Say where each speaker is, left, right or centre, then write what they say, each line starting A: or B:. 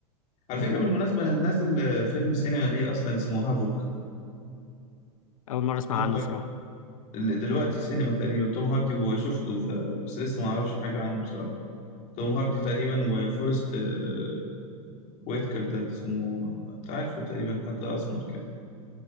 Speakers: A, on the left; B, on the left.
A: على
B: امم
A: فكره بالمناسبه انا نازل آه، فيلم سينما ليه اصلا اسمه هافوك
B: اول مره اسمع
A: توم
B: عنه
A: هاردي
B: صراحه
A: ال- دلوقتي سينما تقريبا توم هاردي وشفته ف... بس لسه ما اعرفش حاجه عنه بصراحه توم هاردي تقريبا وفورست آه، ويتكر ده اسمه انت عارفه تقريبا حتى اسمر كده